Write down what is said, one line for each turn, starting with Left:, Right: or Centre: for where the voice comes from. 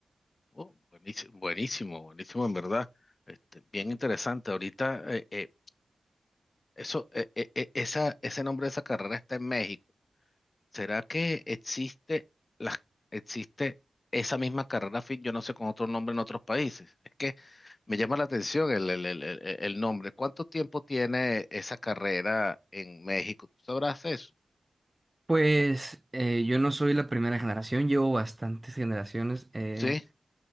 Left: Oh, buenísimo, buenísimo, buenísimo, en verdad. Este, bien interesante. Ahorita eh, eh, eso, eh, eh, eh, esa, ese nombre de esa carrera está en México. ¿Será que existe, las existe esa misma carrera fin? Yo no sé con otro nombre en otros países. Es que me llama la atención el, el, el, el- el nombre. ¿Cuánto tiempo tiene esa carrera en México? ¿Tú sabrás eso?
Right: Pues eh, yo no soy la primera generación, llevo bastantes generaciones. eh,
Left: Sí,